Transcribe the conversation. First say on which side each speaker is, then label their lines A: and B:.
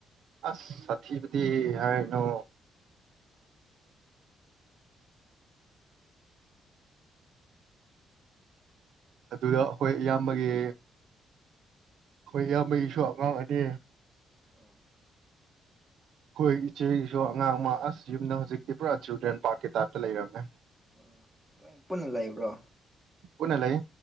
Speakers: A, on the right; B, on the right.
A: ꯑꯁ ꯁꯥꯊꯤꯕꯗꯤ ꯍꯥꯏꯒꯅꯨ ꯑꯗꯨꯒ ꯑꯩꯈꯣꯏ ꯏꯌꯥꯝꯕꯒꯤ ꯑꯩꯈꯣꯏ ꯏꯌꯥꯝꯕꯩꯁꯨ ꯑꯉꯥꯡ ꯑꯅꯤ
B: ꯑꯣ
A: ꯍꯣꯏ ꯏꯆꯦꯁꯨ ꯑꯉꯥꯡ ꯑꯃ ꯑꯁ ꯌꯨꯝꯗ ꯍꯧꯖꯤꯛ ꯇ꯭ꯔꯤꯄꯨꯔꯥ ꯆꯤꯜꯗ꯭ꯔꯦꯟ ꯄꯥꯔꯛꯀꯤ ꯇꯥꯏꯞꯇ ꯂꯩꯔꯝꯃꯦ
B: ꯑꯣ ꯄꯨꯟꯅ ꯂꯩꯥꯛꯏꯕ꯭ꯔꯣ
A: ꯀꯅꯦ ꯂꯩ